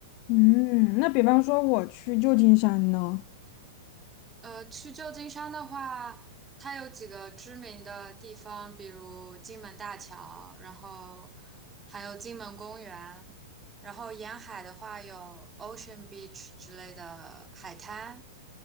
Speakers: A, on the left; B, on the right.
A: 嗯，那比方说我去旧金山呢？
B: 呃，去旧金山的话，它有几个知名的地方，比如金门大桥，然后还有金门公园，然后沿海的话有 Ocean Beach 之类的海滩。